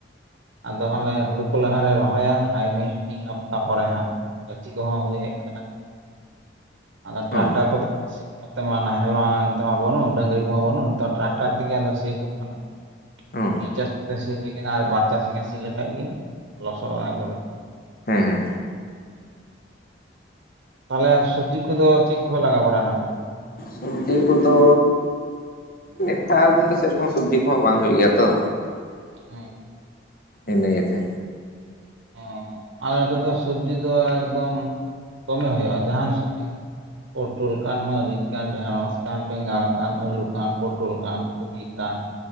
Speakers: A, on the right; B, on the left.
A: ᱟᱫᱚ ᱦᱟᱞᱮ ᱦᱩᱲᱩ ᱠᱚ ᱞᱟᱦᱟ ᱨᱮ ᱨᱚᱦᱚᱭᱟ, ᱦᱟᱯᱛᱟ ᱯᱚᱨᱮ ᱦᱟᱸᱜ। ᱜᱟᱹᱪᱷᱤ ᱠᱚᱦᱚᱸ ᱦᱩᱭ ᱦᱮᱡ ᱠᱟᱱᱟ। ᱟᱫᱚ
B: ᱚ
A: ᱴᱨᱟᱠᱴᱟᱨ ᱠᱚᱫᱚ ᱼᱼ ᱱᱚᱛᱮ ᱢᱟ ᱱᱟᱦᱮᱞ ᱢᱟ ᱱᱤᱛᱚᱜ ᱢᱟ ᱵᱟᱹᱱᱩᱜ ᱰᱟᱜᱝᱨᱤ ᱠᱚᱢᱟ ᱵᱟᱹᱱᱩᱜ ᱱᱤᱛᱚᱜ ᱴᱨᱟᱠᱴᱟᱨ ᱛᱮᱜᱮ ᱦᱟᱸᱜ ᱥᱤ ᱦᱩᱭᱩᱜ ᱠᱟᱱᱟ।
B: ᱚ
A: ᱢᱤᱫ ᱪᱟᱥ ᱥᱤ ᱦᱩᱭ ᱠᱟᱱᱟ, ᱟᱨ ᱵᱟᱨ ᱪᱟᱥ ᱜᱟᱱ ᱥᱤ ᱞᱮᱠᱷᱟᱡ ᱜᱮ ᱞᱚᱥᱚᱫᱼᱟ ᱮᱠᱚᱨᱮ।
B: ᱦᱮᱸ ᱾
A: ᱛᱟᱦᱚᱞᱮ ᱥᱚᱵᱽᱡᱤ ᱠᱚᱫᱚ ᱪᱮᱫ ᱠᱚᱯᱮ ᱞᱟᱜᱟᱣ ᱵᱟᱲᱟᱭᱟ ᱚᱱᱟ ᱠᱚᱨᱮ?
B: ᱥᱚᱵᱽᱡᱤ ᱠᱚᱫᱚ ᱱᱮᱛᱟᱨ ᱫᱤᱱ ᱫᱚ ᱥᱮᱨᱚᱠᱚᱢ ᱥᱚᱵᱽᱡᱤ ᱠᱚᱦᱚᱸ ᱵᱟᱝ ᱦᱩᱭᱩᱜ ᱜᱮᱭᱟ ᱛᱚ᱾
A: ᱦᱮᱸ᱾
B: ᱤᱱᱟᱹ ᱜᱮᱛᱮ᱾
A: ᱚᱻ ᱟᱨ ᱱᱚᱛᱮ ᱫᱚ ᱥᱚᱵᱽᱡᱤ ᱫᱚ ᱮᱠᱫᱚᱢ ᱫᱚᱢᱮ ᱦᱩᱭᱩᱜ-ᱟ ᱡᱟᱦᱟᱱ ᱥᱚᱵᱽᱡᱤ ᱯᱚᱴᱚᱞ ᱠᱟᱱ, ᱢᱟᱹᱨᱤᱪ ᱠᱟᱱ, ᱰᱷᱮᱬᱚᱥ ᱠᱟᱱ, ᱵᱮᱸᱜᱟᱲ ᱠᱟᱱ, ᱟᱹᱞᱩ ᱠᱟᱱ, ᱯᱚᱴᱚᱞ ᱠᱟᱱ, ᱠᱚᱵᱤ ᱠᱟᱱ,